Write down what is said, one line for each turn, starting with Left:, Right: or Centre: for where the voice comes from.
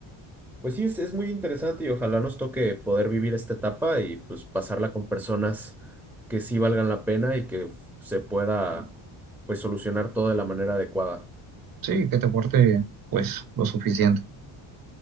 Centre: Pues sí, es, es muy interesante y ojalá nos toque poder vivir esta etapa y pues pasarla con personas que sí valgan la pena y que se pueda pues solucionar todo de la manera adecuada.
Right: sí, que te porte pues lo suficiente.